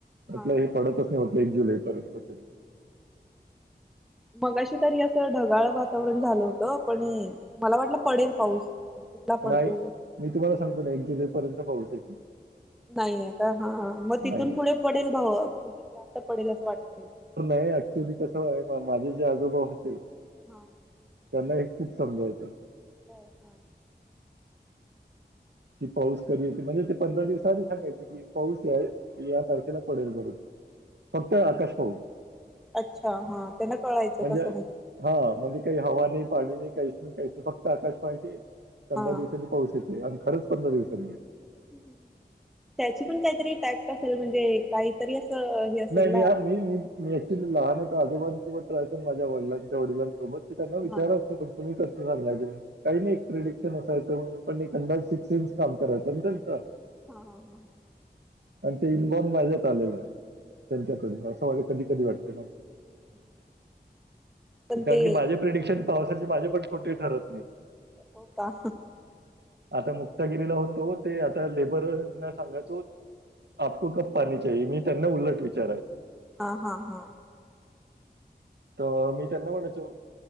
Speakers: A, in the centre; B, on the right (about 80°).
A: हा
B: आपलं हे पडतंच नव्हतं एक जुलैपर्यंत तरी
A: मगाशी तरी असं ढगाळ वातावरण झालं होतं पण मला वाटलं पडेल पाऊस कुठला पडतोय
B: नाही मी तुम्हाला सांगतो ना एक जुलैपर्यंत पाऊस येईल
A: नाहीये का हा हा मग तिथून
B: नाही नाही
A: पुढे पडेल भाऊ जास्त पडेल असं वाटतंय
B: नाही ऍक्च्युली कसंय माझे जे आजोबा होते
A: हा
B: त्यांना हे खूप समजायचं
A: हो हा
B: कि पाऊस कधी येत म्हणजे ते पंधरा दिवस आधी सांगायचे कि पाऊस या या तारखेला पडेल म्हणून फक्त आकाश पाहून
A: अच्छा हा त्यांना कळायचं
B: म्हणजे
A: कसं
B: हा म्हणजे काही हवा नाही पाणी नाही काहीच नाही काही काहीच नाही फक्त आकाश पाहायचे पंधरा
A: हा
B: दिवसांनी पाऊस येतोय आणि खरंच पंधरा दिवसांनी
A: त्याची पण काहीतरी टॅक्ट असेल म्हणजे काहीतरी असं हे असेल
B: नाही मी
A: ना
B: मी मी मी ऍक्च्युली लहान होतो आजोबांसोबत राहायचो माझ्या वडिलांच्या वडिलांसोबत ते त्यांना विचारलं
A: हा
B: असतो पण तुम्ही कस असं नाही झालं ते काही नाही एक प्रिडिक्शन असायचं पण एक अंदाज सिक्स सेन्स काम करायचा ना त्यांचा
A: हा हा हा ह
B: आणि ते इन बॉर्न माझ्यात आलेलं आहे त्यांच्याकडून असं म्हणजे कधी कधी वाटतं माझ
A: <inaudible> पण
B: कारण
A: ते
B: की माझे प्रिडिक्शन पावसाचे माझे पण खोटे ठरत नाही
A: हो का
B: आता मुक्तागिरीला होतो ते आता लेबरना सांगायचो आपको कब पाणी चाहिए मी त्यांना उलट विचारायचो
A: हा हा हा
B: तर मी त्यांना म्हणायचो